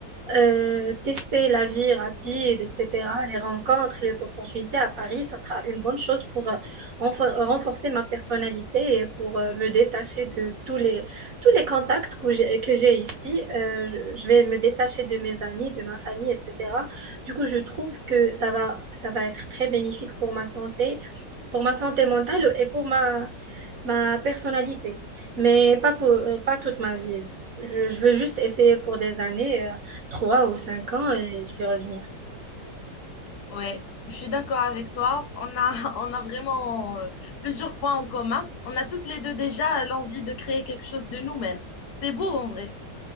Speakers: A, on the right; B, on the left.
A: euh, tester la vie rapide, etc., les rencontres, les opportunités à Paris, ça sera une bonne chose pour euh, renfor- renforcer ma personnalité et pour euh, me détacher de tous les, tous les contacts que j'ai, que j'ai ici. Euh, je, je vais me détacher de mes amis, de ma famille, etc. Du coup, je trouve que ça va, ça va être très bénéfique pour ma santé, pour ma santé mentale et pour ma ma personnalité, mais pas pour, euh, pas toute ma vie. Je, je veux juste essayer pour des années, euh, trois ou cinq ans, et je vais revenir.
B: Ouais, je suis d'accord avec toi. On a, <laughs> on a vraiment euh, plusieurs points en commun. On a toutes les deux déjà l'envie de créer quelque chose de nous-mêmes. C'est beau en vrai.